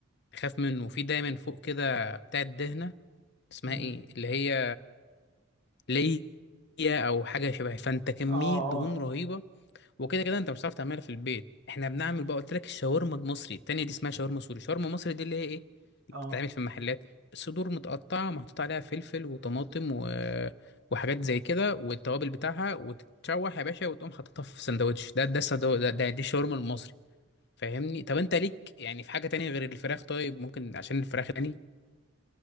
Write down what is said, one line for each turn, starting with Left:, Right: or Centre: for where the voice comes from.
Left: خاف منه وفي دايما فوق كده بتاع الدهنه اسمها
Right: مم.
Left: ايه اللي هي ليا او حاجه شبه فانت كميه
Right: اه
Left: دهون
Right: اه
Left: رهيبه وكده كده انت مش هتعرف تعملها في البيت احنا بنعمل بقى قلت لك الشاورما المصري التانية دي اسمها شاورما سوري شاورما مصري دي اللي هي ايه بتتعمل
Right: اه
Left: في المحلات الصدور متقطعة محطوط عليها فلفل وطماطم و... وحاجات زي كده والتوابل بتاعها وتتشوح يا باشا وتقوم حاططها في سندوتش ده ده السندو... ده, ده دي الشاورما المصري فاهمني طب انت ليك يعني في حاجة تانية غير الفراخ طيب ممكن عشان الفراخ تاني